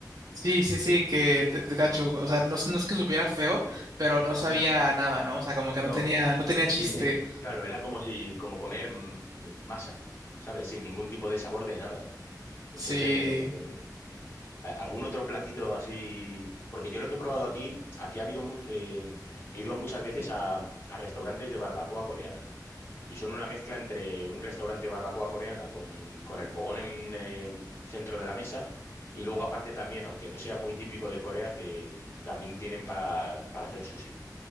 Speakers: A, on the right; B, on the left.
A: Sí, sí, sí,
B: No, es-
A: que te, te cacho. O sea, no, es- no es que supiera feo, pero no sabía
B: mm,
A: nada, ¿no? O sea, como que
B: no,
A: no tenía, no tenía
B: sí,
A: chiste.
B: sí, era- claro, era como si, como comer mm, masa, ¿sabes? Sin ningún tipo de sabor de nada. Entonces
A: Sí,
B: me, me- mm. A- ¿Algún otro platito así? Porque yo lo que he probado aquí, aquí ha habido much- eh, he ido muchas veces a, a restaurantes de barbacoa coreana. Y son una mezcla entre un restaurante de barbacoa coreana con, con el fogón en eh, centro de la mesa. Y luego aparte también, aunque no sea muy típico de Corea, te- también tienen para, para hacer sushi.